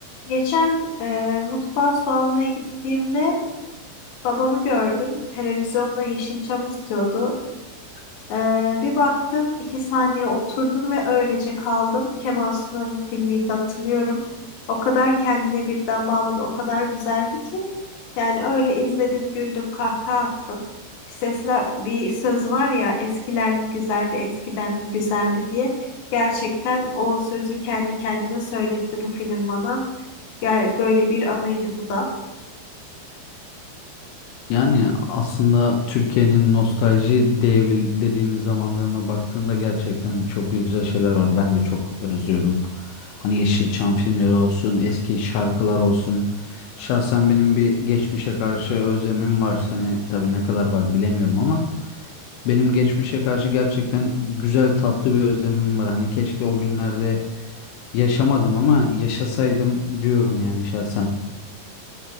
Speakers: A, on the left; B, on the left.
A: Geçen e, mutfağa su almaya gittiğimde babamı gördüm. Televizyonda Yeşilçam izliyordu. E, bir baktım, iki saniye oturdum ve öylece kaldım. Kemal Sunal'ın filmiydi hatırlıyorum. O kadar kendine birden bağladı, o kadar güzeldi ki. Yani öyle izledim, güldüm, kahkaha attım. Bir sesler, bir söz var ya, eskiler mi güzeldi, eskiden mi güzeldi diye. Gerçekten o sözü kendi kendime söyletti bu film bana. Gel böyle bir anıydı bu da.
B: Yani aslında Türkiye'nin nostalji diyebil dediğimiz zamanlarına baktığında gerçekten çok güzel şeyler var. Ben de çok özlüyorum. Hani Yeşilçam filmleri olsun, eski şarkılar olsun. Şahsen benim bir geçmişe karşı özlemim var. Seni tabii ne kadar var bilemiyorum ama benim geçmişe karşı gerçekten güzel tatlı bir özlemim var. Hani keşke o günlerde yaşamadım ama yaşasaydım diyorum yani şahsen.